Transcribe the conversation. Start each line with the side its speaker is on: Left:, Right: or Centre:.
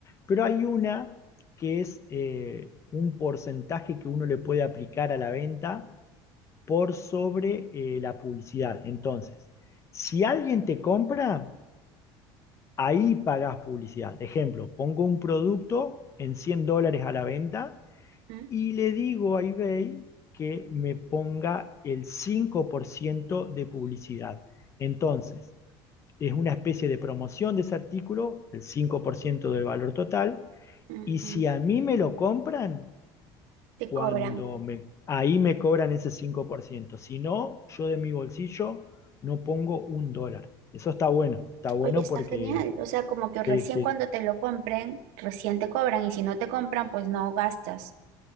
Left: Pero hay una que es eh, un porcentaje que uno le puede aplicar a la venta por sobre eh, la publicidad. Entonces, si alguien te compra, ahí pagás publicidad. Ejemplo, pongo un producto en 100 dólares a la venta
Right: ujú,
Left: y le digo a eBay que me ponga el 5% de publicidad. Entonces, es una especie de promoción de ese artículo, el 5% del valor total,
Right: ujú.
Left: y si a mí me lo compran,
Right: Te
Left: cuando
Right: cobran.
Left: me, ahí me cobran ese cinco por ciento, Si no, yo de mi bolsillo no pongo un dólar. Eso está bueno, está bueno
Right: Oye, está
Left: porque
Right: genial. O sea, como que recién
Left: sí, sí.
Right: cuando te lo compren, recién te cobran. Y si no te compran, pues no gastas.